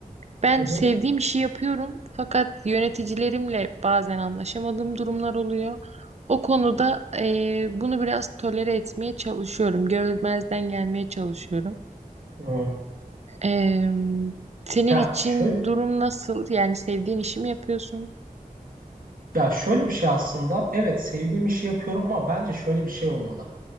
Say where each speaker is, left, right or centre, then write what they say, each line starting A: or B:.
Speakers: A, on the right; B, on the right.
A: Ben
B: Hı hı.
A: sevdiğim işi yapıyorum fakat yöneticilerimle bazen anlaşamadığım durumlar oluyor. O konuda eee, bunu biraz tolere etmeye çalışıyorum. Görmezden gelmeye çalışıyorum.
B: Hı.
A: Eee, senin
B: Ya
A: için
B: şöyle
A: durum nasıl? Yani sevdiğin işi mi yapıyorsun?
B: ya şöyle bir şey aslında. Evet sevdiğim işi yapıyorum ama bence şöyle bir şey olmalı.